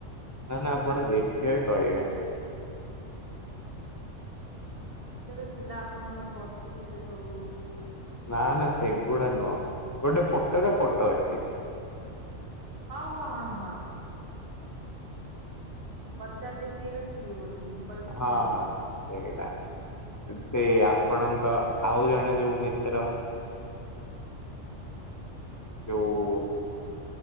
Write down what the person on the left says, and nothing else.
ନା ନା ଆପଣ ଦେଖିବେ କହିବେ।
ନା ନା ସେଗୁଡା ନୁହଁ। ଗୋଟେ ଫୋଟୋରେ ଫୋଟୋ ଅଛି।
ହଁ
ହଁ। ସେଇରା। ସେ ଆପଣଙ୍କ ଆଉ ଜଣେ ଯୋଉ ମିତ୍ର ଯୋଉ